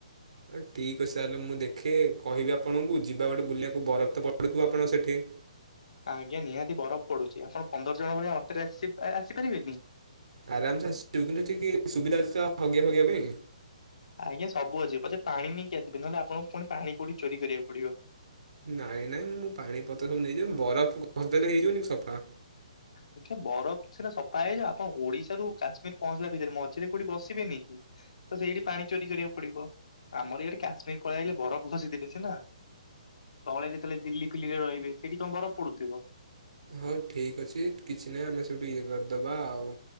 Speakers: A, on the right; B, on the left.
A: ହଁ ଠିକ୍ ଅଛି ତାହେଲେ ମୁଁ ଦେଖେ କହିବି ଆପଣଙ୍କୁ ଯିବା ଗୋଟେ ବୁଲିବାକୁ ବରଫ ତ ପଡ଼ୁଥୁବ ଆପଣଙ୍କ ସେଠି।
B: ଆଜ୍ଞା ନିହାତି ବରଫ ପଡୁଚି ଆପଣ ପନ୍ଦର ଜଣ ଭଳିଆ ଅଟରେ ଆସିପା ଆସିପାରିବେ କି?
A: ଆରାମସେ ଆସିବୁ କିନ୍ତୁ ସେଠି ଟିକେ ସୁବିଧା ଅଛିତ ହଗିବା ଫଗିବା ପାଇଁ?
B: ଆଜ୍ଞା ସବୁ ଅଛିି ପଛେ ପାଣି ନେଇକି ଆସିବି ନହନେ ଆପଣଙ୍କୁ ପୁଣି ପାଣି କୋଉଠି ଚୋରି କରିବାକୁ ପଡିବ।
A: ନାଇଁ ନାଇଁ ମୁଁ ପାଣି ପତ୍ର ସବୁ ନେଇ ଯିବି ମୁଁ ବରଫ ଘଶିଦେଲେ ହେଇ ଯିବନି କି ସଫା।
B: ଆଜ୍ଞା ବରଫ ସିନା ସଫା ହେଇଯାଏ ଆପଣ ଓଡିଶାରୁ କାଶ୍ମୀର ପହଞ୍ଚିଲା ଭିତରେ ମଝିରେ କୋଉଠି ବସିବେନି କି? ତ ସେଇଠି ପାଣି ଚୋରି କରିବାକୁ ପଡିବ ଆମର ଇଆଡ଼େ କାଶ୍ମୀର ପଳେଆଇଲେ ବରଫ ଘଷିଦେବେ ସିନା। ତଳେ ଯେତେଳେ ଦିଲ୍ଲୀ ଫିଲ୍ଲିରେ ରହିବେ ସେଇଠି କଣ ବରଫ ପଡୁଥିବ?
A: ହୋଉ ଠିକ ଅଛି କିଛିନାଇଁ ଆମେ ସେଇଠୁ ଇଏ କରିଦବା ଆଉ।